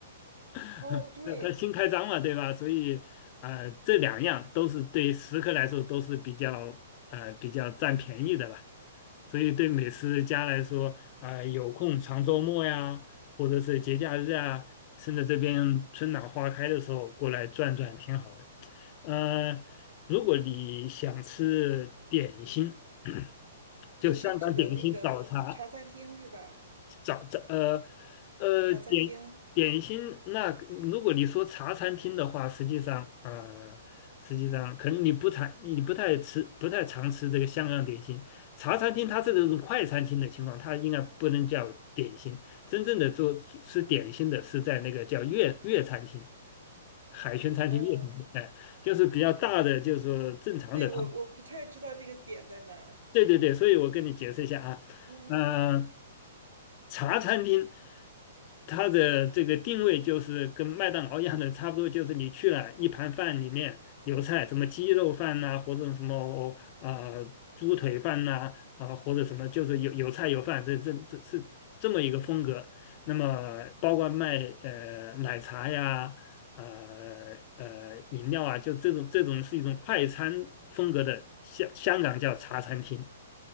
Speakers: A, on the left (about 40°); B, on the right (about 80°).
A: <laughs>
B: 哦，对。
A: 那他新开张嘛，对吧？所以，呃，这两样都是对食客来说都是比较呃比较占便宜的吧。所以对美食家来说，啊、有空长周末呀，或者是节假日啊，趁着这边春暖花开的时候过来转转，挺好的。呃，如果你想吃点心。<clears throat>
B: 你是指的那个茶餐厅是吧？
A: 就香港点心早茶早早呃呃点点心。
B: 茶餐厅，
A: 那如果你说茶餐厅的话，实际上呃实际上可能你不常你不太吃不太常吃这个香港点心。茶餐厅它是这种快餐厅的情况，它应该不能叫点心。真正的做吃点心的是在那个叫粤粤餐厅、海鲜餐厅、
B: 呃，
A: 粤餐厅，哎，就是比较大的，就是说正常的它。
B: 对，我我不太知道这个点在哪儿。
A: 对对对，所以我跟你解释一下啊，
B: 嗯，
A: 嗯、茶餐厅它的这个定位就是跟麦当劳一样的，差不多就是你去了一盘饭里面有菜，什么鸡肉饭呐、或者什么呃猪腿饭呐、啊，或者什么就是有有菜有饭，这这这是这么一个风格。那么包括卖呃奶茶呀。呃呃饮料啊，就这种这种是一种快餐风格的香香港叫茶餐厅。